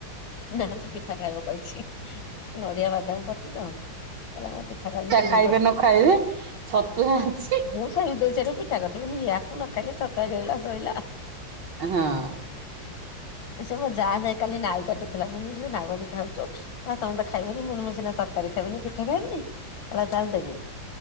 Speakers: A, on the left; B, on the right.
A: ନା ଆଜି ପିଠା ଖାଇବ କହିଛି ନଡିଆ ବାଦାମ ପଡିଛି ତ। କହିଲା ମା ପିଠା ଖାଇବି ଚିନି
B: ଖାଇବେ
A: ପଡିଚି
B: ନ ଖାଇବେ ଛତୁଆ ଅଛି
A: ବୋ ସେଇଦେଶରେ ପିଠା କରିବିନି ଆକୁ ନ ଖାଇଲେ ଶସ୍ତା ଗିଳିଲା ଶୋଇଲା।
B: ହଁ।
A: ସେ ମୋ ଯାଆ ନାଁ କାଲି ନାଉ କାଟୁଥିଲା ମୁଁ କହିଲି <unintelligible> ନାଉଭାରି ଖାଉଛୁ। କହିଲା ତମେ ତ ଖାଇବନି ମୁଁ କହିଲି ମୁଁ ସିନା ତରକାରୀ ଖାଇବିନି ପିଠା ଖାଇବିନି। <unintelligible>